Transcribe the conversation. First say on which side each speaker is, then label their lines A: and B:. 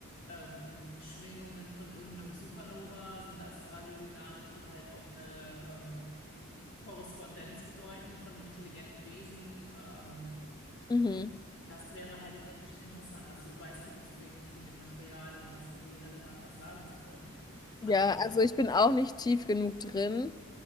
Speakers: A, on the left (about 65°); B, on the left (about 20°).
A: ähm, Schwingungen von irgendeinem Supernova? Sind das Radiosignale, die halt auch eine ähm, Korrespondenz bedeuten von einem intelligenten Wesen? Ähm,
B: Mhm.
A: Das wäre halt jetzt echt interessant. Dazu weiß ich aber zu wenig von dem Material, um das irgendwie relevant was sagen zu können.
B: Ja,
A: Aber
B: also ich bin auch nicht tief genug drin.